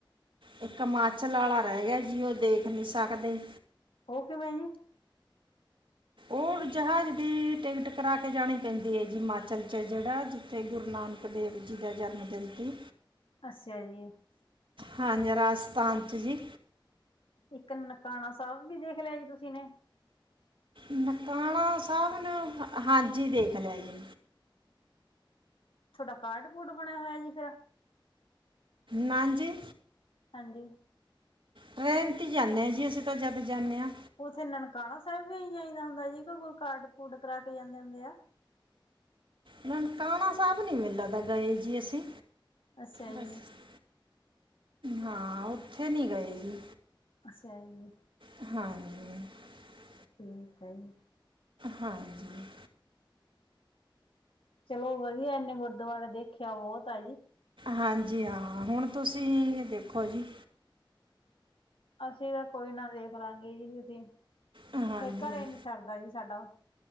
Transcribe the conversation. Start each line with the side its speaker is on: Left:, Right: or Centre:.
Right: ਇੱਕ ਹਿਮਾਚਲ ਵਾਲਾ ਰਹਿ ਗਿਆ ਜੀ ਉਹ ਦੇਖ ਨੀ ਸਕਦੇ।
Left: ਉਹ ਕਿਵੇਂ ਐ ਜੀ,
Right: ਉਹ ਜਹਾਜ਼ ਦੀ ਟਿਕਟ ਕਰਾ ਕੇ ਜਾਣੀ ਪੈਂਦੀ ਹੈ ਜੀ ਹਿਮਾਚਲ ਚ ਜਿਹੜਾ ਜਿੱਥੇ ਗੁਰੂ ਨਾਨਕ ਦੇਵ ਜੀ ਦਾ ਜਨਮ ਦਿਨ ਸੀ।
Left: ਅੱਛਾ ਜੀ।
Right: ਹਾਂਜੀ ਰਾਜਸਥਾਨ ਚ ਜੀ
Left: ਇੱਕ ਨਨਕਾਣਾ ਸਾਹਿਬ ਵੀ ਦੇਖ ਲਿਆ ਜੀ ਤੁਸੀਂ ਨੇ
Right: ਨਨਕਾਣਾ ਸਾਹਿਬ ਨੂੰ ਹਾਂਜੀ ਦੇਖ ਲਿਆ ਜੀ।
Left: ਤੁਹਾਡਾ ਕਾਰਡ ਕੂਡ ਬਣਿਆ ਹੋਇਆ ਜੀ ਫਿਰ
Right: ਨਾਂਜੀ
Left: ਹਾਂਜੀ।
Right: ਟ੍ਰੇਨ ਤੇ ਜਾਂਦੇ ਹਾਂ ਜੀ ਅਸੀਂ ਤਾਂ ਜਦ ਜਾਂਦੇ ਹਾਂ।
Left: ਉੱਥੇ ਨਨਕਾਣਾ ਸਾਹਿਬ ਵੀ ਇ ਆਈਦਾ ਹੁੰਦਾ ਸੀ ਕੋਈ ਕਾਰਡ ਕੂਡ ਕਰਾ ਕੇ ਜਾਂਦੇ ਹੁੰਦੇ ਆ।
Right: ਨਨਕਾਣਾ ਸਾਹਿਬ ਨੀ ਲਗਦਾ ਗਏ ਜੀ ਅਸੀਂ
Left: ਅੱਛਾ
Right: ਰਾਜਸਥਾਨ
Left: ਜੀ।
Right: ਹਾਂ ਉਥੇ ਨੀ ਗਏ ਜੀ
Left: ਅੱਛਾ ਜੀ।
Right: ਹਾਂਜੀ
Left: ਠੀਕ ਹੈ ਜੀ।
Right: ਹਾਂਜੀ‌
Left: ਚਲੋ ਵਧੀਆ ਇਹਨੇ ਗੁਰਦੁਆਰੇ ਦੇਖਿਆ ਬਹੁਤ ਆ ਜੀ।
Right: ਹਾਂਜੀ ਹਾਂ ਹੁਣ ਤੁਸੀਂ ਦੇਖੋ ਜੀ।
Left: ਅਸੀਂ ਤਾਂ ਕੋਈ ਨਾ ਦੇਖ ਲਾਂਗੇ ਜੀ ਅਸੀਂ
Right: ਹਾਂਜੀ
Left: ਫਿਰ ਘਰੇ ਨੀ ਸਰਦਾ ਜੀ ਸਾਡਾ